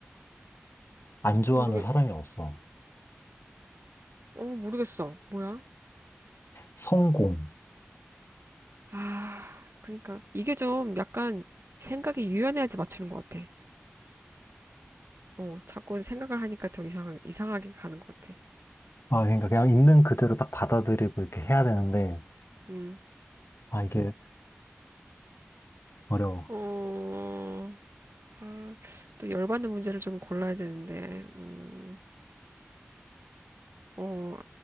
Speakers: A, on the left (about 70°); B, on the right (about 75°).
A: 안 좋아하는
B: 모르겠,
A: 사람이 없어.
B: 어, 모르겠어. 뭐야?
A: 성공.
B: 아, 그러니까 이게 좀 약간 생각이 유연해야지 맞추는 것 같아. 어, 자꾸 생각을 하니까 더 이상, 이상하게 가는 것 같아.
A: 아, 그러니까 그냥 있는 그대로 딱 받아들이고 이렇게 해야 되는데,
B: 음,
A: 아, 이게 어려워.
B: 어, 아, 또 열받는 문제를 좀 골라야 되는데, 음, 어,